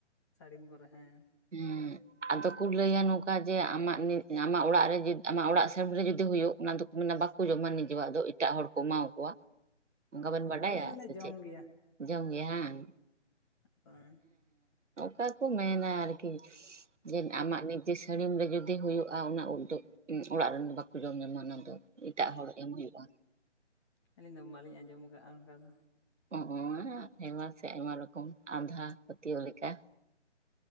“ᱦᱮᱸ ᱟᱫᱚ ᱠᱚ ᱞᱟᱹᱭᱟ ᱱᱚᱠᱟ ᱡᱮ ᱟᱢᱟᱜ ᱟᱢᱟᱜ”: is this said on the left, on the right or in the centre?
Right